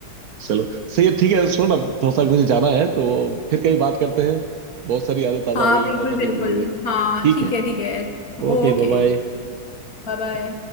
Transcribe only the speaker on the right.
चलो सही है ठीक है सुनो ना थोड़ा सा मुझे जाना है तो फिर कहीं बात करते हैं बहुत सारी यादें ताज़ा
हो गई लेकिन
थोड़ा सा
भी जरूरी है
ठीक
है
Okay
bye
bye